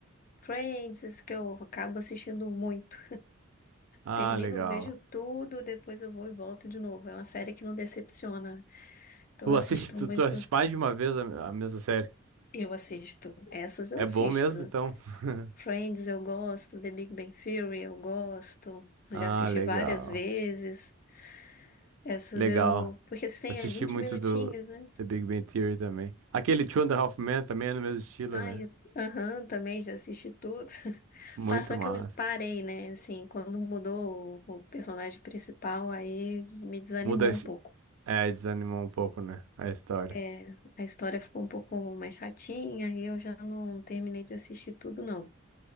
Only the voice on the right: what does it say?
Ah,
legal.
Tu
assiste,
tu,
tu assiste mais de uma vez a, a mesma série.
É
bom mesmo, então. <laughs>
Ah,
legal.
Legal.
Assisti
muito
do
The Big Bang Theory também. Aquele Two and a Half Men também é no mesmo estilo,
né?
Muito
massa.
Muda,
a é, desanimou um pouco, né? A história.